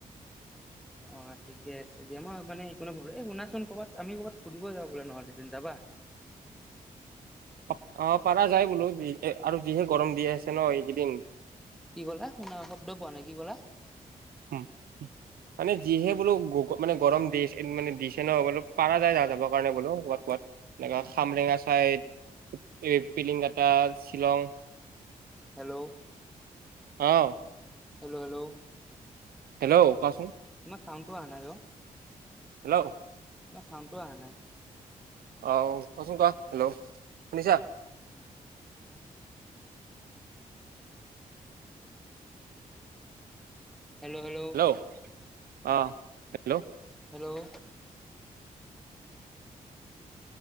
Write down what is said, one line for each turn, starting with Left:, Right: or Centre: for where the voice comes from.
Centre: অ' ঠিকে আছে দিয়া, মই মানে এইকণত, এ শুনাচোন ক'ৰবাত আমি ক'ৰবাত ফুৰিব যাওঁ ব'লা নহ'লে, দেন যাবা।
Right: অ', অ', পাৰা যায় বোলো, যিহে আৰু যিহে গৰম দি আছে ন, এইকেইদিন।
Centre: কি ক'লা, শুনা শব্দ পোৱা নাই, কি ক'লা।
Right: উম। মানে যিহে বোলো গগ মানে, গৰম দিছে মানে দিছে ন, বোলো পৰা যায়, যাবৰ কাৰণে বোলো ক'বাত ক'বাত। এনেকা খামৰেঙা চাইদ, এই পিলিংগটা, শ্বিলং।
Centre: হেল্ল'!
Right: অ', !
Centre: Hello, hello?
Right: হেল্ল', কোৱাচোন।
Centre: তোমাৰ চাউণ্ডটো আহ নাই অ'।
Right: হেল্ল'?
Centre: তোমাৰ চাউণ্ডডটোৱে অহা নাই।
Right: অ', কোৱাচোন কোৱা, হেল্ল' শুনিছা।
Centre: Hello, hello.
Right: অ', হেল্ল'।
Centre: হেল্ল'?